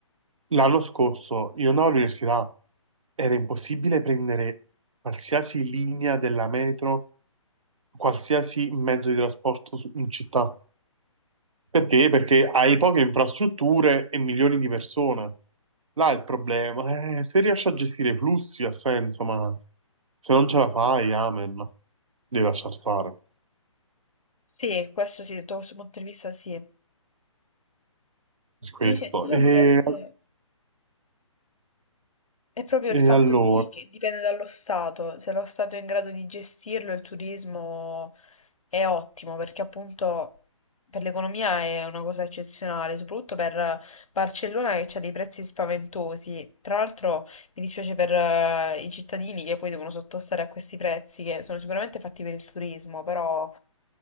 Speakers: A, on the right; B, on the left.
A: l'anno scorso io andavo all'università, era impossibile prendere qualsiasi linea della metro, qualsiasi mezzo di trasporto su- in città, perché? Perché hai poche infrastrutture e milioni di persone. Là è il problema. Eh, se riesci a gestire i flussi ha senso, ma se non ce la fai, amen. Devi lasciar stare.
B: sì, questo sì, da questo punto di vista sì.
A: Per Questo.
B: Dice- diciamo
A: E,
B: che sì. È proprio il
A: e
B: fatto
A: allora,
B: di, che dipende dallo Stato, se lo Stato è in grado di gestirlo, il turismo è ottimo perché appunto per l'economia è una cosa eccezionale, soprattutto per Barcellona che ha dei prezzi spaventosi. Tra l'altro mi dispiace per eh, i cittadini che poi devono sottostare a questi prezzi che sono sicuramente fatti per il turismo, però